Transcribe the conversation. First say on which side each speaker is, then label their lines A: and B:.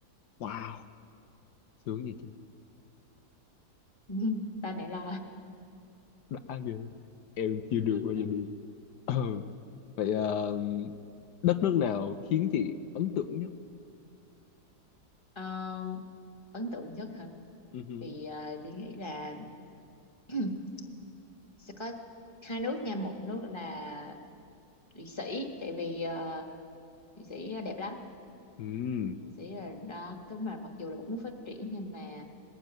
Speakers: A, on the left (about 80°); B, on the left (about 15°).
A: Wow, sướng vậy chứ.
B: <laughs> ba mẹ lo
A: Đã ghê. Em chưa được
B: <laughs>
A: bao giờ đi. <clears throat> Ờ, vậy ờ, đất nước nào khiến chị ấn tượng nhất?
B: Ờ, ấn tượng nhất hả
A: Ừ. hử.
B: thì ờ, chị nghĩ là <clears throat> sẽ có hai nước nha một nước là Thụy Sĩ tại vì ờ, Thụy Sĩ đẹp lắm
A: Ừm,
B: Thụy Sĩ là đó tức mà mặc dù là một nước phát triển nhưng mà